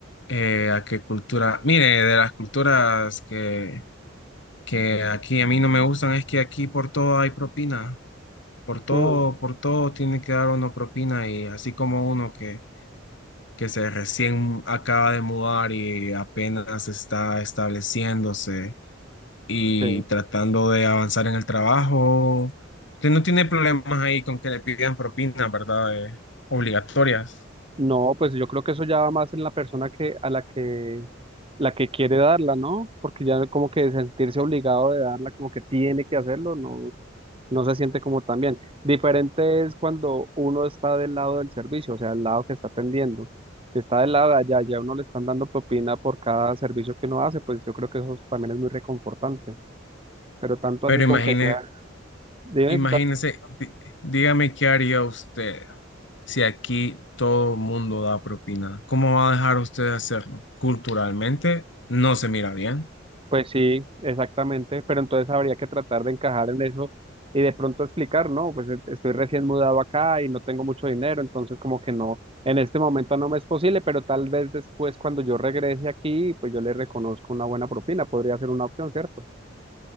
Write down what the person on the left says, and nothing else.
Eh, ¿a qué cultura? Mire, de las culturas que, que aquí a mí no me gustan es que aquí por todo hay propina, por todo,
por todo tiene que dar uno propina y así como uno que, que se recién acaba de mudar y apenas está estableciéndose y
tratando de avanzar en el trabajo. Usted no tiene problemas ahí con que le pidan propinas, ¿verdad? Eh, obligatorias.
Pero
imagine,
imagínese, di- dígame qué haría usted si aquí todo el mundo da propina. ¿Cómo va a dejar usted de hacerlo? Culturalmente no se mira bien.